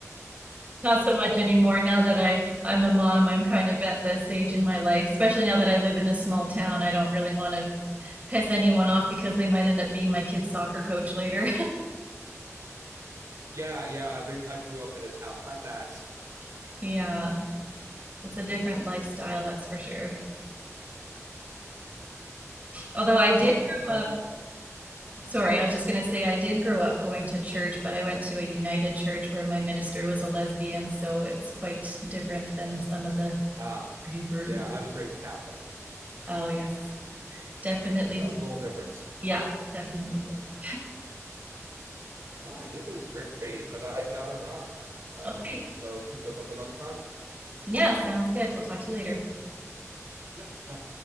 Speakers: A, on the right; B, on the right.
A: Not so much anymore now that I, I'm a mom. I'm kind of at the stage in my life, especially now that I live in a small town. I don't really want to piss anyone off because they might end up being my kid's soccer coach later.
B: yeah yeah i, be- I grew up in a town <laughs> like that
A: <laughs> yeah, it's a different lifestyle, that's for sure. Although I did
B: all right well
A: grow up Sorry, I was just going to say I did grow up going to church, but I went to a United Church where my minister was a lesbian, so it's quite different than some of the
B: ah uh,
A: duper
B: yeah
A: uber.
B: i was raised catholic
A: Oh, yes, definitely.
B: so a little different
A: Yeah, definitely different.
B: all right this was great but i gotta run um
A: Okay.
B: so pick us up another time
A: Yeah, sounds good. We'll talk to you later.
B: yep bye